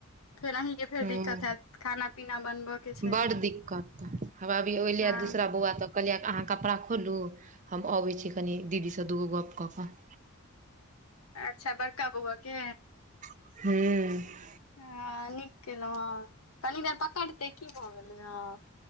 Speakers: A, on the left; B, on the right.
A: फेर ऑंही के, फेर
B: हूं
A: दिक्कत हैत खाना पीना बनबऽ के छै
B: बड़ दिक्कत ह अभी ले
A: हँ
B: दूसरा बौआ तऽ, कहलियए अहाँ कपड़ा खोलू, हम अबै छी कनि दीदी सँ दूगो गप्प कऽ कऽ
A: अच्छा बड़का बौआ के,
B: हूंऽ।
A: हॅं नीक केलहु हँ कनी देर पकड़ते की भऽ गेलै हॅं।